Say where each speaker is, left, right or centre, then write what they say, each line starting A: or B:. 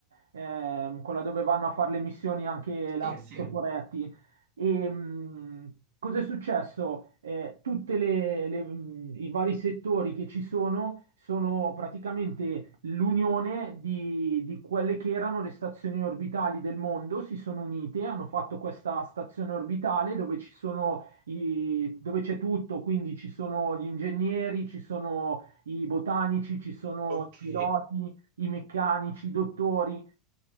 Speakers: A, on the right; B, on the right.
A: ehm, quella dove vanno a fare le missioni anche la
B: Sì, sì.
A: Toporetti. E mh, cosa è successo? Eh, tutti i vari settori che ci sono sono praticamente l'unione di, di quelle che erano le stazioni orbitali del mondo, si sono unite, hanno fatto questa stazione orbitale dove ci sono i- dove c'è tutto, quindi ci sono gli ingegneri, ci sono i botanici, ci sono
B: Ok.
A: i piloti, i meccanici, i dottori.